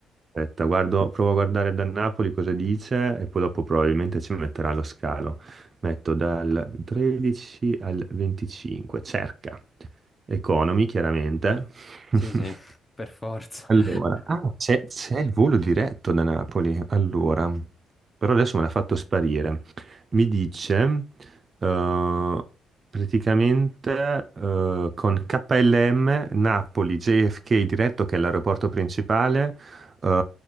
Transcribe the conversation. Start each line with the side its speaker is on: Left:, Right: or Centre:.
Right: Aspetta, guardo, provo a guardare da Napoli cosa dice e poi dopo probabilmente ci metterà lo scalo. Metto dal 13 al 25, cerca. Economy, chiaramente. <laughs>
Left: Sì, sì, per forza.
Right: Allora,
Left: <laughs>
Right: ah, c'è c'è il volo diretto da Napoli, allora, però adesso me l'ha fatto sparire. mi dice eh, praticamente eh, con KLM Napoli JFK diretto, che è l'aeroporto principale, eh,